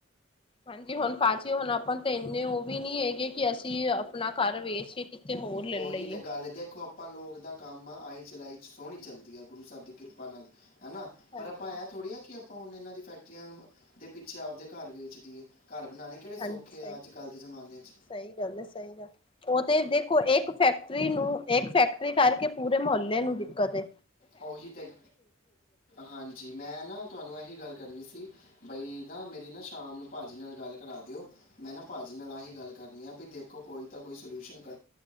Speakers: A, on the left; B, on the left.
A: ਹਾਂਜੀ, ਹੁਣ ਪਾਚੀ, ਹੁਣ ਆਪਾਂ ਨੂੰ ਤਾਂ ਇੰਨੇ ਉਹ ਵੀ ਨੀ ਹੈਗੇ ਕਿ ਅਸੀਂ ਆਪਣਾ ਘਰ ਵੇਚ ਹੋਰ ਲੈ
B: ਉਹੀ
A: ਲਈਏ
B: ਤੇ ਗੱਲ ਐ, ਦੇਖੋ ਅ ਪਾਂ ਲੋਕ ਦਾ ਕੰਮ ਆਈ, ਚਲਾਈ 'ਚ ਸੋਹਣੀ ਚੱਲਦੀ ਐ, ਗੁਰੂ ਸਾਹਿਬ ਦੀ ਕਿਰਪਾ ਨਾਲ। ਹੈ ਨਾ,
A: ਹਾਂਜੀ
B: ਪਰ ਆਪਾਂ
A: ਹਾਂਜੀ
B: ਐਂ ਥੋੜ੍ਹੀ ਆ ਕਿ ਆਪਾਂ ਹੁਣ ਇਹਨਾਂ ਦੀ ਫੈਕਟਰੀਆਂ ਦੇ ਪਿੱਛੇ ਆਪਦੇ ਘਰ ਵੇਚਦੀਏ। ਘਰ ਬਨਾਣੇ ਕਿਹੜੇ ਸੌਖੇ
A: ਹਾਂਜੀ ਸਹੀ
B: ਆ ਅੱਜਕੱਲ ਦੇ ਜ਼ਮਾਨੇ 'ਚ।
A: ਸਹੀ ਗੱਲ ਹੈ ਸਹੀ ਗੱਲ ਉਹ ਤੇ ਦੇਖੋ, ਇੱਕ ਫੈਕਟਰੀ ਨੂੰ ਇੱਕ ਫੈਕਟਰੀ ਕਰਕੇ ਪੂਰੇ ਮੁਹੱਲੇ ਨੂੰ ਦਿੱਕਤ ਐ।
B: ਉਹੀ ਤੇ, ਹਾਂਜੀ, ਮੈਂ ਨਾ ਤੁਹਾਨੂੰ ਇਹੀ ਗੱਲ ਕਰਨੀ ਸੀ, ਬਾਈ। ਨਾ ਮੇਰੀ ਨਾ, ਸ਼ਾਮ ਨੂੰ ਭਾਜੀ ਨਾਲ ਗੱਲ ਕਰਾ ਦਿਓ। ਮੈਂ ਨਾ ਭਾਜੀ ਨਾਲ ਆਹੀ ਗੱਲ ਕਰਨੀ ਆ ਬੀ, ਦੇਖੋ ਕੋਈ ਤਾਂ ਕੋਈ ਸੋਲਿਊਸ਼ਨ ਕ